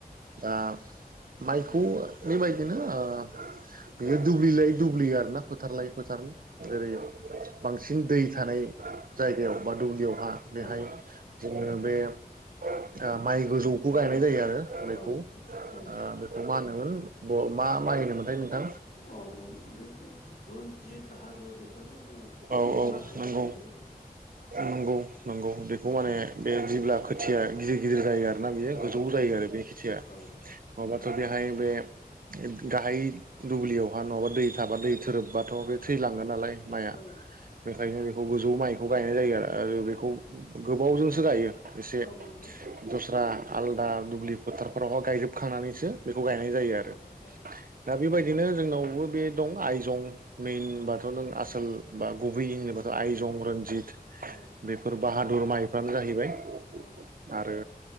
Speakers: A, on the right; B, on the left.
A: दा माइ खौ बेबायदिनो ओ बियो दुब्लि लायै दुब्लि आरोना फोथार
B: औ
A: लायै फोथार जेरै बांसिन दै थानाय जायगायाव बा दुब्लियावहा बेहाय
B: औ
A: जोङो बे ओ माइ गोजौ खौ गायनाय जायो आरो बेखौ
B: औ औ
A: बेखौ मा होनोमोन मा माइ होनोमोनथाय नोंथां
B: औ औ बे <unintelligible> रन्जित बाहादुर बेफोरबो जोङो
A: औ
B: हला
A: औ
B: हायाव
A: नंगौ
B: गायजायो
A: नंगौ नंगौ बेखौ माने
B: औ
A: बे जेब्ला खोथि थिया गि‌ गिदिर जायो आरोना बियो
B: औ
A: गोजौ
B: औ
A: जायो आरो बे खेथिया नङाबाथ'
B: औ
A: बेहाय बे गाहाय दुब्लियावहा नङाबा दै थाबा दै थोरोबबाथ' बे थैलांगोन नालाय माया
B: औ
A: बेखायनो बेखौ गोजौ माइखौ गायनाय जायो आरो आरो बेखौ गोबावजोंसो गायो एसे
B: औ नंगौ
A: दस्रा आलदा दुब्लि फोथारफोरावहा गायजोबखांनानैसो बेखौ गायनाय जायो आरो
B: औ औ
A: दा बेबाय ओरैनो जोंनावबो बे दं आइजं मेनबाथ' नों आसोल बा गुबै इनोबाथ' आयजं रन्जित
B: औ
A: बेफोर बाहादुर माइफ्रानो जाहैबाय
B: औ
A: आरो